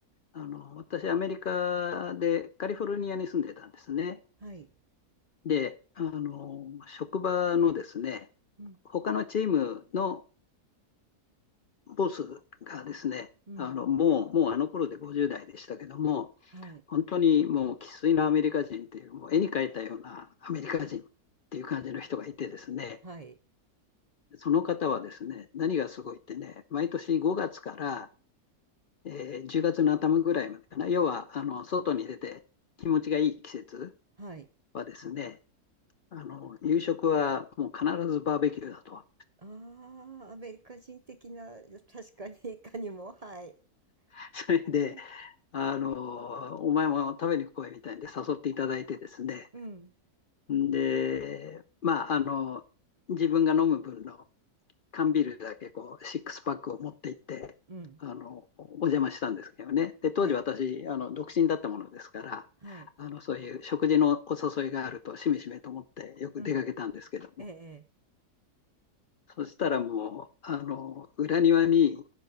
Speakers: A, on the left; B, on the right.
A: あの、私、アメリカでカリフォルニアに住んでたんですね。
B: はい。
A: で、あの、職場のですね、
B: うん。
A: 他のチームのボスがですね、
B: うん。
A: あの、もう、もうあの頃で50代でしたけども、
B: はい。
A: 本当にもう生粋のアメリカ人っていう、もう絵に描いたようなアメリカ人っていう感じの人がいてですね、
B: はい。
A: その方はですね、何がすごいってね、毎年5月から、えー10月の頭ぐらいまでかな、要はあの外に出て気持ちがいい季節
B: はい。
A: はですね、あの夕食はもう必ずバーベキューだと。
B: ああ、アメリカ人的な、<laughs> 確かにいかにも、はい。
A: <laughs> それで
B: うん。
A: あの、お前も食べに来いみたいんで誘っていただいてですね。
B: うん、
A: で、まあ、あの、自分が飲む分の缶ビールだけこう、シックスパックを持って行って、
B: うん、
A: あの、お邪魔したんですけどね。で、
B: はい、
A: 当時私、あの、独身だったものですから、
B: はい、
A: あの、そういう食事のお誘いがあると、しめしめと思ってよく出かけたんですけども、
B: うん、ええ、ええ、
A: そしたらもう、あの、裏庭に、